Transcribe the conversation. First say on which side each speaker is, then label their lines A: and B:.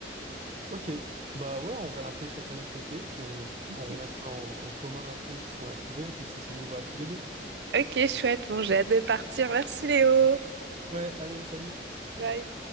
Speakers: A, on the right; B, on the right.
A: Ok, bah ouais, on regarde un peu de chacun notre côté, puis on,
B: Ok.
A: on remettra en, en commun un peu ce qu'on a trouvé, et puis si ça nous va à tous les deux.
B: Ok, chouette. Bon, j'ai hâte de partir. Merci Léo.
A: Ouais, allez, salut.
B: Bye.